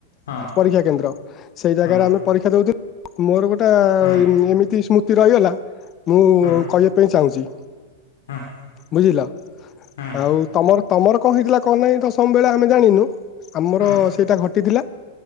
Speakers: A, on the left; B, on the left.
A: ହଁ
B: ପରୀକ୍ଷା କେନ୍ଦ୍ର ସେଇ ଜାଗାରେ
A: ହଁ
B: ଆମେ ପରୀକ୍ଷା ଦୋଉଥିଲୁ। ମୋର ଗୋଟେ
A: ହଁ
B: ଏମ୍ ଏମିତି ସ୍ମୃତି ରହିଗଲା ମୁଁ
A: ହଁ
B: କହିବା ପାଇଁ ଚାହୁଁଚି।
A: ହଁ
B: ବୁଝିଲ
A: ହଁ
B: ଆଉ। କଣ ହେଇଥିଲା କଣ ନାହିଁ ଦଶମ୍ ବେଳେ ତ ଆମେ ଜାଣିନୁ। ଆମର
A: ହଁ
B: ସେଇଟା ଘଟିଥିଲା